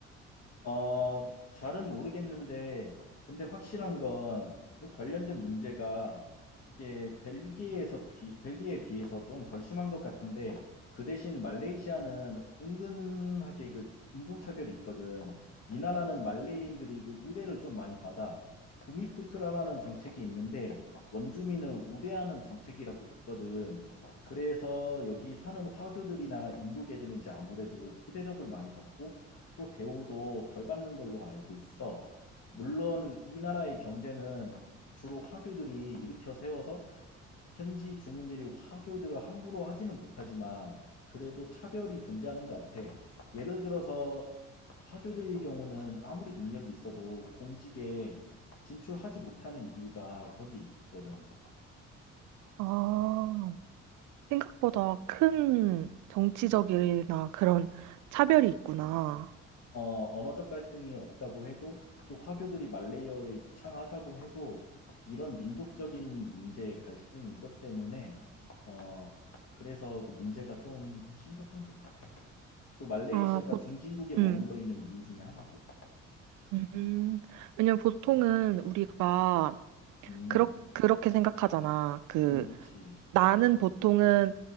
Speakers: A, on the left; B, on the right.
A: 어, 잘은 모르겠는데, 근데 확실한 건그 관련된 문제가 이게 벨기에에서 비, 벨기에에 비해서 좀 덜 심한 것 같은데, 그 대신 말레이시아는 은근하게 그 인종차별이 있거든. 이 나라는 말레이인들이 그 우대를 좀 많이 받아. 부미푸트라라는 정책이 있는데, 원주민을 우대하는 정책이라고 있거든. 그래서 여기 사는 화교들이나 인도계들은 이제 아무래도 푸대접을 많이 받고, 또 대우도 덜 받는 걸로 알고 있어. 물론 이 나라의 경제는 주로 화교들이 일으켜 세워서 현지 주민들이 화교들을 함부로 하지는 못하지만 그래도 차별이 존재하는 것 같아. 예를 들어서 화교들의 경우는 아무리 능력이 있어도 공직에 진출하지 못하는 이유가 거기 있거든.
B: 아, 생각보다 큰 정치적이나 그런 차별이 있구나.
A: 어, 언어적 갈등이 없다고 해도 또 화교들이 말레이어에 유창하다고 해도 이런 민족적인 문제 갈등 이것 때문에 어, 그래서 그 문제가 좀 심각한 것 같아. 또 말레이시아가
B: 아, 보,
A: 중진국에
B: 음,
A: 머물러 있는 이유 중에 하나고.
B: 음. 왜냐면 보통은 우리가
A: 음,
B: 그렇, 그렇게 생각하잖아. 그
A: 음, 그치.
B: 나는 보통은